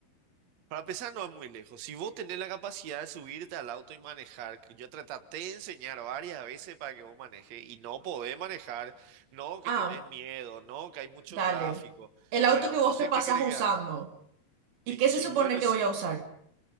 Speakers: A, on the right; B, on the right.
A: Para empezar, no es muy lejos. Si vos tenés la capacidad de subirte al auto y manejar, que yo te traté de enseñar varias veces para que vos manejes y no podés manejar, no, que
B: Ah,
A: tenés miedo, no, que hay mucho
B: dale.
A: tráfico.
B: El auto
A: Bueno,
B: que
A: entonces,
B: vos te pasás
A: ¿qué querés
B: usando.
A: que haga?
B: ¿Y
A: Y,
B: qué se supone
A: y bueno,
B: que
A: <laughs> si...
B: voy a usar?